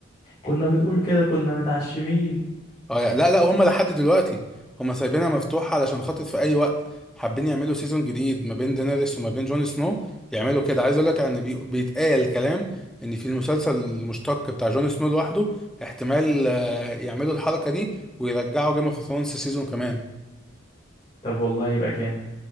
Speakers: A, on the left (about 30°); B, in the centre.
A: كنا بنقول كده كنا متعشمين
B: اه يعني لا لا هم لحد دلوقتي هم سايبينها مفتوحه علشان خاطر في اي وقت حابين يعملوا سيزون جديد ما بين دينيريس وما بين جون سنو يعملوا كده عايز اقول لك ان بي... بيتقال كلام ان في المسلسل المشتق بتاع جون سنو لوحده احتمال آه، يعملوا الحركه دي ويرجعوا جيم اوف ثرونز سيزون كمان
A: طب والله يبقى جامد